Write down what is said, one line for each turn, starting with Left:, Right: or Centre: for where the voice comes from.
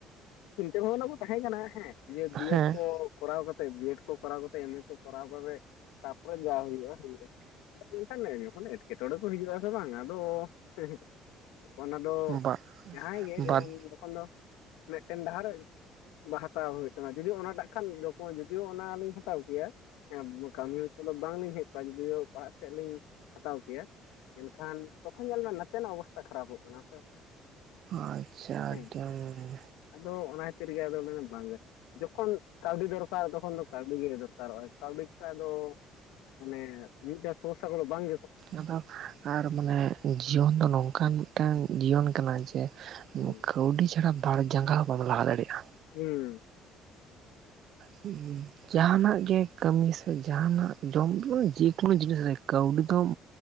Left: ᱪᱤᱱᱛᱟᱹ ᱵᱷᱟᱵᱱᱟ ᱠᱚ ᱛᱟᱦᱮᱸ ᱠᱟᱱᱟ ᱦᱮᱸ ᱡᱮ ᱰᱤᱭᱮᱴ
Right: ᱦᱮᱸ
Left: ᱠᱚ ᱠᱚᱨᱟᱣ ᱠᱟᱛᱮ ᱵᱤᱭᱮᱰ ᱠᱚ ᱠᱚᱨᱟᱣ ᱠᱟᱛᱮ ᱮᱢᱮ ᱠᱚ ᱠᱚᱨᱟᱣ ᱠᱟᱛᱮ ᱛᱟᱯᱚᱨᱮ ᱡᱟ ᱦᱩᱭᱩᱜᱼᱟ ᱦᱩᱭᱩᱜᱼᱮᱠᱷᱟᱱ ᱢᱟᱱᱮ ᱮᱸᱴᱠᱮᱴᱚᱬᱮ ᱠᱚ ᱦᱤᱡᱩᱜᱼᱟᱥᱮ ᱵᱟᱝ ᱟᱫᱚ ᱦᱮᱻᱦᱮ ᱚᱱᱟᱫᱚ
Right: ᱵᱟ
Left: ᱡᱟᱦᱟᱸᱭ ᱜᱮ ᱡᱮᱢᱚᱱ
Right: ᱵᱟᱫ
Left: ᱡᱚᱠᱦᱚᱱ ᱫᱚ ᱴᱮᱱ ᱰᱟᱦᱟᱨᱮ ᱵᱟ ᱦᱟᱛᱟᱣ ᱦᱩᱭᱩᱜ ᱛᱟᱢᱟ ᱡᱩᱫᱤᱭᱳ ᱚᱱᱟᱴᱟᱜ ᱠᱷᱟᱱ ᱫᱚᱠᱚ ᱡᱩᱫᱤᱭᱳ ᱚᱱᱟ ᱞᱤᱧ ᱦᱟᱛᱟᱣ ᱠᱮᱭᱟ ᱦᱮᱸ ᱵᱠᱟᱹᱢᱤ ᱦᱚᱸ ᱛᱚᱜ ᱫᱚ ᱵᱟᱝᱞᱤᱧ ᱦᱮᱡ ᱠᱚᱜᱼᱟ ᱡᱩᱫᱤᱭᱳ ᱯᱟᱲᱦᱟᱜ ᱥᱮᱜ ᱞᱤᱧ ᱦᱟᱛᱟᱣ ᱠᱮᱭᱟ᱾ ᱢᱮᱱ ᱠᱷᱟᱱ ᱛᱚᱠᱷᱚᱱ ᱧᱮᱞᱢᱮ ᱱᱟᱛᱮᱱᱟᱜ ᱚᱵᱚᱥᱛᱟ ᱠᱷᱟᱨᱟᱯᱚᱜ ᱠᱟᱱᱟ ᱥᱮ
Right: ᱟᱪᱪᱷᱟ
Left: ᱦᱮᱸ
Right: ᱟᱹᱰᱤᱢ
Left: ᱟᱫᱚ ᱚᱱᱟ ᱠᱷᱟᱹᱛᱤᱨ ᱜᱮ ᱟᱫᱚ ᱵᱟᱝ ᱜᱮ ᱡᱚᱠᱷᱚᱱ ᱠᱟᱣᱰᱤ ᱫᱚᱨᱠᱟᱨ ᱛᱚᱠᱷᱚᱱ ᱫᱚ ᱠᱟᱹᱣᱰᱤ ᱜᱮ ᱫᱚᱨᱠᱟᱨᱚᱜᱼᱟ ᱠᱟᱹᱣᱰᱤ ᱪᱷᱟᱲᱟ ᱫᱚ ᱢᱟᱱᱮ ᱢᱤᱫᱮᱴ ᱥᱚᱨᱥᱟ ᱠᱚᱫᱚ ᱵᱟᱝ
Right: ᱟᱫᱚ ᱟᱨ ᱢᱟᱱᱮ ᱡᱤᱭᱚᱱ ᱫᱚ ᱱᱚᱝᱠᱟᱱ ᱢᱤᱜᱴᱟᱝ ᱡᱤᱭᱚᱱ ᱠᱟᱱᱟ ᱡᱮ
Left: ᱦᱩᱸ
Right: ᱠᱟᱹᱣᱰᱤ ᱪᱷᱟᱲᱟ ᱵᱟᱨ ᱡᱟᱸᱜᱟ ᱦᱚᱸᱵᱟᱢ ᱞᱟᱦᱟ ᱫᱟᱲᱮᱭᱟᱜᱼᱟ
Left: ᱦᱩᱸ
Right: ᱦᱮᱸ ᱡᱟᱦᱟᱱᱟᱜ ᱜᱮ ᱠᱟᱹᱢᱤ ᱥᱮ ᱡᱟᱦᱟᱱᱟᱜ ᱡᱚᱢ ᱡᱮᱠᱳᱱᱳ ᱡᱤᱱᱤᱥ ᱨᱮ ᱠᱟᱹᱣᱰᱤ ᱫᱚᱢ